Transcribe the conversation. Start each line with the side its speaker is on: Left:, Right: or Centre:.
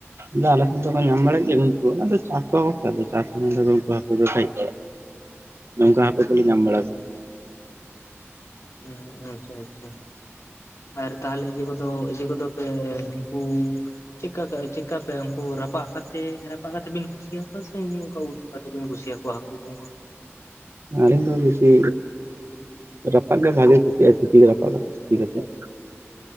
Right: ᱟᱫᱚ ᱟᱞᱮ ᱥᱮᱱ ᱫᱚᱠᱚ ᱧᱟᱢ ᱵᱟᱲᱟᱜ ᱜᱮᱭᱟ ᱩᱝᱠᱩ ᱟᱫᱚ ᱪᱟᱥ ᱠᱚ <unintelligible> ᱪᱟᱥᱠᱩ <unintelligible> ᱱᱚᱝᱠᱟ ᱦᱟᱹᱠᱩ ᱠᱚᱞᱮ ᱧᱟᱢ
Left: ᱟᱪᱪᱷᱟ
Right: ᱵᱟᱲᱟ
Left: ᱦᱩᱸ ᱟᱪᱪᱷᱟ ᱟᱪᱪᱷᱟ ᱟᱨ ᱛᱟᱦᱞᱮ ᱤᱭᱟᱹ ᱠᱚᱫᱚ ᱤᱭᱟᱹ ᱠᱚᱫᱚ ᱯᱮ ᱩᱝᱠᱩ ᱪᱮᱫᱠᱟ ᱪᱮᱫᱠᱟ ᱯᱮ ᱩᱱᱠᱩ ᱨᱟᱯᱟᱜ ᱠᱟᱛᱮ ᱨᱟᱯᱟᱜ ᱠᱟᱛᱮ ᱵᱤᱱ ᱠᱩᱥᱤᱭᱟᱠᱚᱣᱟ ᱥᱮ ᱮᱢᱱᱤ ᱚᱱᱠᱟ ᱩ ᱠᱟᱛᱮ ᱵᱤᱱ ᱠᱩᱥᱤᱭᱟᱠᱚᱣᱟ ᱦᱟᱠᱩ ᱠᱩᱝᱠᱚ
Right: ᱟᱹᱞᱤᱧ ᱫᱚ ᱵᱮᱥᱤ ᱨᱟᱯᱟᱜ ᱜᱮ ᱵᱷᱟᱜᱤ ᱠᱩᱥᱤᱜᱼᱟ ᱥᱤᱯᱤ ᱨᱟᱯᱟᱜ ᱠᱟᱛᱮ ᱥᱤᱯᱤ
Left: ᱟᱪᱪᱷᱟ
Right: ᱠᱟᱛᱮᱜ᱾